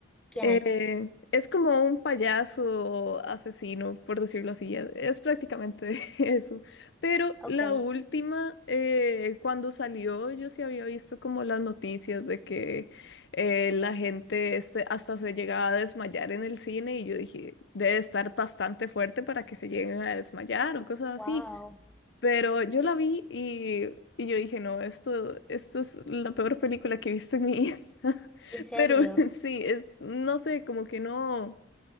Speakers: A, in the centre; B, on the left.
A: quién
B: Eh,
A: es.
B: es como un payaso asesino, por decirlo así. e- Es, prácticamente <laughs> eso. Pero
A: Ok,
B: la última, eh, cuando salió, yo sí había visto como las noticias de que eh, la gente este, hasta se llegaba a desmayar en el cine y yo dije, debe estar bastante fuerte para que se lleguen a desmayar o cosas así.
A: wow,
B: Pero yo la vi y, y yo dije, no, esto, esto es la peor película que he visto en mi vida. <laughs>
A: en serio,
B: Pero <laughs> sí, es, no sé, como que no,